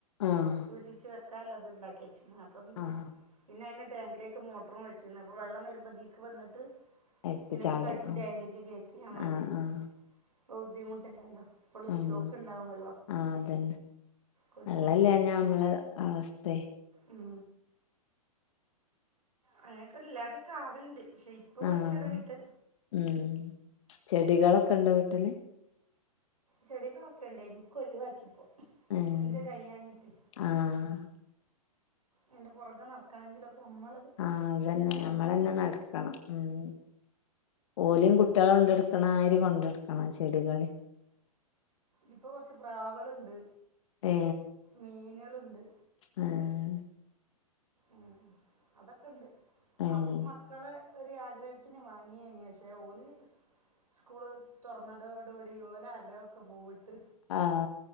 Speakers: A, on the left; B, on the right.
A: ആഹ്
B: സൂക്ഷിച്ച് വെക്കാല്ലത്ണ്ടാക്കി വച്ച്ണ്ർ ഞ് അപ്പം
A: ആഹ്
B: പിന്നെ അയ്ന് ടാങ്കിലേക്ക് മോട്ടറും വെച്ചിരുന്നു. അപ്പൊ വെള്ളം വരുമ്പോ ദീക്ക് വന്നിട്ട്
A: അയിക്ക്
B: ഇനിമ്മക്ക്ടിച്ചു
A: ചാടും ആഹ്
B: ടാങ്കക്ക് കയറ്റിയാ മതി.
A: ആഹ് ആഹ്
B: പ്പ ബുദ്ധിമുട്ടില്ലല്ലോ ഇപ്പോഴും
A: ഉം
B: സ്റ്റോക്ക് ഉണ്ടാവും വെള്ളം
A: ആഹ് അതന്നെ
B: കുടുങ്ങൂല
A: വെള്ളല്ലാഞ്ഞാ നമ്മളെ അവസ്തേയ്
B: ഉം അങ്ങനെക്കെ ഇല്ലാതെക്കാവൽണ്ട്. ക്ഷേ ഇപ്പൊ കൊർച്ചെടായിട്ട്
A: ആഹ് ഉം ചെടികളൊക്കെണ്ടൊ വീട്ടില്
B: ചെടികളൊക്കെണ്ടേനി ക്കൊഴിവാക്കിപ്പോ
A: ഏഹ്
B: ഇൻക്ക് കഴിയാഞ്ഞിട്ട്
A: ആഹ്
B: അയ്ൻ്റെ പൊറകെ നട്ക്കണങ്കിലൊക്കെ അമ്മള്
A: ആഹ് അതന്നെ ഞമ്മളെന്നെ നട്ക്കണം ഉം ഓല്യും കുട്ട്യളെ കൊണ്ടട്ക്ക്‌ണാതിരി കൊണ്ടട്ക്കണം ചെടികള്യും
B: ഇപ്പൊ കൊർച്ച് പ്രാവുകളുണ്ട്
A: ഏഹ്
B: മീനുകളുണ്ട്
A: ആഹ്
B: ഉം അതൊക്കെ ഉണ്ട്
A: ഏഹ്
B: അതും മ ക്കളെ ഒരു ആഗ്രഹത്തിന് വാങ്ങിയേ നി. പക്ഷെ ഓല് സ്കൂള് തൊറന്നതോടുകൂടി ഓലെ ആഗ്രഹക്കെ പൂവിട്ട്
A: ആഹ്